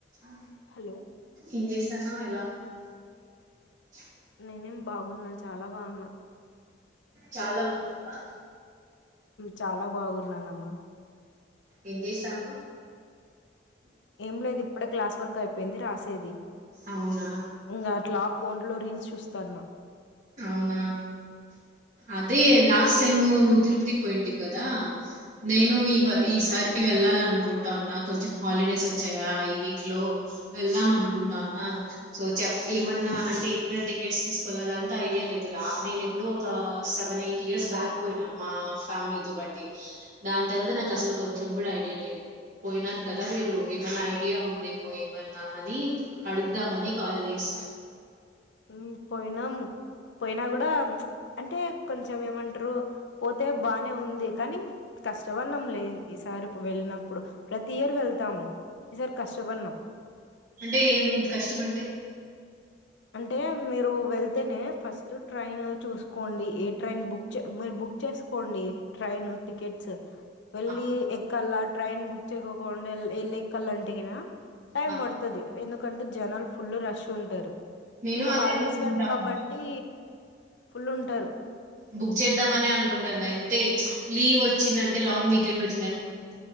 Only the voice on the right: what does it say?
ఓ
ఏం చేస్తానావ్ ఎలా ఉన్నావ్ <unintelligible>
చాలా బాగున్నావా
ఎం చేస్తానావ్
అవునా
అవునా అదే లాస్ట్ టైము నువ్వు తిరుపతికి పోయింటి్ కదా నేను ఈ ఈసారి వెళ్ళాల అనుకుంటా ఉన్నా కొంచెం హాలిడేస్ వచ్చాయా ఈ వీక్ లో వెళ్దాం అనుకుంటా ఉన్నా సో చెప్ ఏమన్నా అంటే ఎక్కడ టికెట్స్ తీసుకోలరా త ఐడియా లేదు ల నేనెప్పుడో ఒక సెవెన్ ఎయిట్ ఇయర్స్ బ్యాక్ పోయ్నా మా ఫ్యామిలీతోపాటి దాన్ తర్వాత నాకస్సల్ కొంచెం కూడా ఐడియా లేదు పోయ్నారు కదా మీరు ఏమన్నా ఐడియా ఉందేమో ఏమన్నా అని అడుగుదామని కాల్ చేస్నా
అంటే ఏం కష్టం అంటే
ఆ!
ఆ!
నేను
అదే
అనుకుంటాను
బుక్ చేద్దామని అనుకుంటాన్న తే లీవ్ వచ్చిందంటే లాంగ్ వీకెండ్ వచ్చినన్